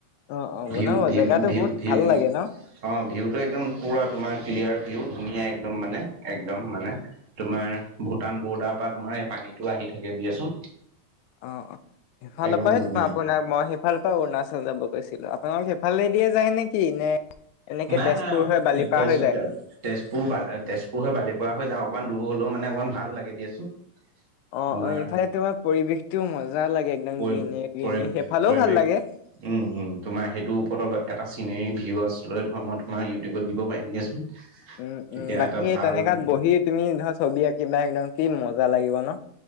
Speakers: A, on the left; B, on the right.
A: অ অ
B: ভিউ
A: বনাব
B: ভি
A: জেগাটো
B: ভিউ
A: বহুত
B: ভিউ
A: ভাল লাগে ন।
B: অ', ভিউটো একদম পুৰা তোমাৰ ক্লিয়াৰ ভিউ ধুনীয়া একদম মানে একদম মানে তোমাৰ ভূটান বৰ্ডাৰ পৰা তোমাৰ এই পানীতটো আহি থাকে দিয়াচোন।
A: অ', অ', সেইফালৰ
B: একদম ধুনীয়া
A: তাপা মই আপোনাক মই ইফাল পৰা অৰুণাচল যাব গৈছিলোঁ আপোনালোক সেইফালে দিয় যায় নেকি নে এনেকে
B: নাই
A: তেজপুৰ
B: নাই
A: হৈ বালিপাৰ
B: তেজ
A: হৈ যায়।
B: তেজপুৰ তেজপুৰ হৈ বালিপ পৰা হৈ যাওঁ অকণমান দূৰ হলেওানে অকমান ভাল লাগে দিয়াচোন।
A: অ',
B: তোমাৰ
A: অ', ইফালে তোমাৰ পৰিৱেশটোও মজা লাগে একদম
B: পৰি
A: গ্ৰীনে গ্ৰীনে
B: পৰি
A: সেইফালেও
B: পৰিৱেশ
A: ভাল লাগে।
B: উম, তোমাৰ সেইটোৰ ওপৰত এটা চিনেৰি ভিউ আছ লৈ ধৰ মই তোমাৰ ইউটিউবত দিব পাৰিম দিয়াচোন
A: উম,
B: তেতিয়া
A: উম বাকী
B: এটা ভাল
A: তেনেকাত বহি তুমি ধৰা ছবি আঁকিবা একদম কি মজা লাগিব ন।